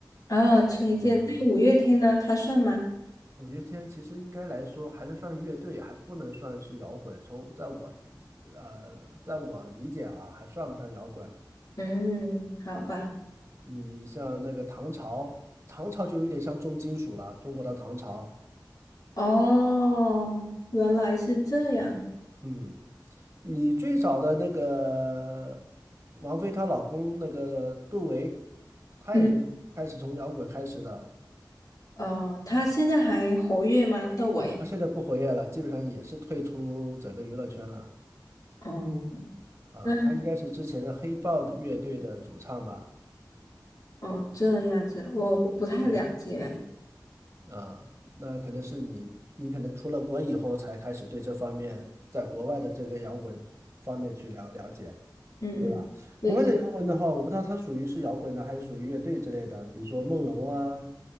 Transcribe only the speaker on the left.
哦，崔健，
那五月天呢？他算吗？
嗯，好吧。
哦，原来是这样。
嗯，哦，他现在还活跃吗？窦唯？
哦，
那
哦这样子，我我不太了解。
嗯嗯，
对对，